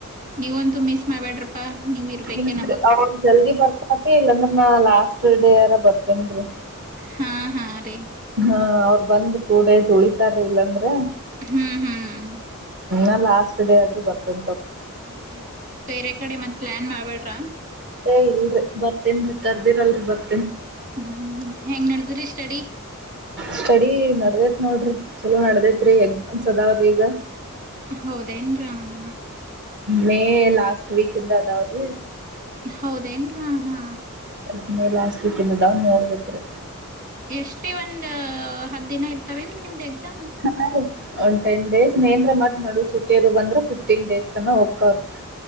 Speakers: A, on the right; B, on the right.
A: ನೀವಂತೂ ಮಿಸ್ ಮಾಡ್ಬೇಡ್ರಪ್ಪಾ ನೀವ್ ಇರ್ಬೇಕೆ
B: ನಿ
A: ನಮಗ್
B: ಅವರು ಜಲ್ದಿ ಬರ್ತಾತಿ ಇಲ್ಲಾಂದ್ರೆ ನಾ ಲಾಸ್ಟ್ ಡೇ ಯಾರ ಬರ್ತೇನ್ೀ
A: ಹಾ ಹಾ ರೀ
B: ಹಾ ಅವ್ರ ಬಂದ್ ಟೂ ಡೇಸ್ ಉಳಿತಾರ ಇಲ್ಲಾಂದ್ರೆ
A: ಹ್ಮ್ ಹ್ಮ್
B: ಹ ಲಾಸ್ಟ್ ಡೇ ಆದ್ರರು ಬರ್ತಿ
A: ಹ್ಮ್ ಬೇರೆ ಕಡೆ ಮತ್ತತ್ ಪ್ಲಾನ್ ಮಾಡ್ಬೇಡ್ರ
B: ಇಲ್ರರಿ ಬರ್ತೇನ್ ಕರ್ದಿರ್ಲ್ರಿ ಬರ್
A: ಹ್ಮ್ ಹೆಂಗ್ ನಡ್ದ್ರಿ ಸ್ಟಡಿ
B: ಸ್ಟಡಿ ನಡದೇತ್ ನೋಡ್ರಿ ಚಲೋ ನಡದೇತ್ ರರಿ ಎಕ್ಸಾಮ್ಸ್ ಅದಾವ್ರೀ ಈಗ
A: ಹೌದ ನ್ರ ಹ
B: ಮೇ ಲಾಸ್ಟ್ ವೀಕ್ಂದ ಅವ ಅವ್ರ
A: ಹೌದೇನ್ರ ಹಾ
B: ಅದ ಮೇಲೆ ಆಾಸ್ತಿ ತಿಂದದಾ ನೋಡ್ಬೇಕ್ರೆ
A: ಎಷ್ಟೇ ಒಂದ್ ಹತ್ತು ದಿನ ಇರ್ತವೇನ್ರಿ ನಿಮ್ದ ಎಕ್ಸಾಮ್
B: ಹಾ ರ ಒಂದ ಟೆನ್ ಡೇಸ್ ನೇನ್ರ ಮತ್ ನೋ ಸುಟ್ಟಿಯದು ಬಂದ್ರ ಫಿಫ್ಟೀನ್ ಡೇಸ್ ತನ ಹೋಗಕ್ಕವ್ರಿ <inaudible>